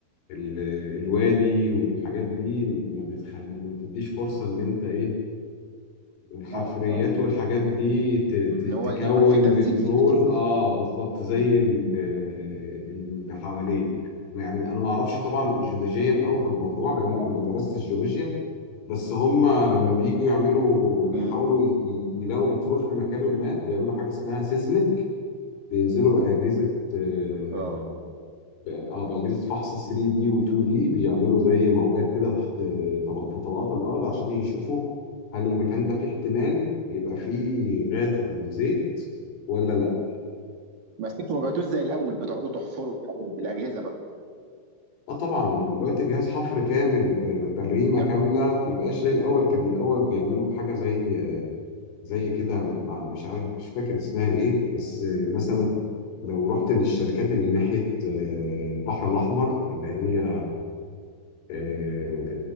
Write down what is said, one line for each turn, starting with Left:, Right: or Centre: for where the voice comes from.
Left: ال- الوادي والحاجات دي ما بتخلي ما بتديش فرصة إن أنت إيه الحفريات
Right: اه اه
Left: والحاجات دي ت- ت-
Right: ان هو
Left: تكون
Right: يكون في تخزين
Left: بترول
Right: للبترول
Left: اه
Right: ده
Left: بالظبط زي ال- اللي حواليك يعني انا ما اعرفش طبعا جيولوجيا قوي في الموضوع لان
Right: اه
Left: انا ما درستش جيولوجيا بس هم لما بييجوا يعملوا
Right: امم
Left: يحاولوا ي- ي- يلاقوا بترول في مكان ما بيعملوا حاجه اسمها سيزمك بينزلوا بأجهزه آه،
Right: اه آه.
Left: اه بأجهزة فحص 3 دي و 2 دي بيعملوا زي موجات كده تحت طبق في طبقات الأرض عشان يشوفوا هل المكان ده فيه احتمال يبقى فيه غاز أو زيت ولا لا
Right: بس انتوا ما بقيتوش زي الاول بتقعدوا تحفروا وتعملوا بالاجهزه بقى
Left: اه طبعا دلوقتي جهاز حفر كامل آه، بريمة
Right: يعني
Left: كاملة ما بقاش زي الأول كان الأول بيعملوا بحاجة زي زي كده مع- مش عارف مش فاكر اسمها ايه بس آه، مثلا لو رحت للشركات اللي ناحية آه، البحر الأحمر اللي هي آه،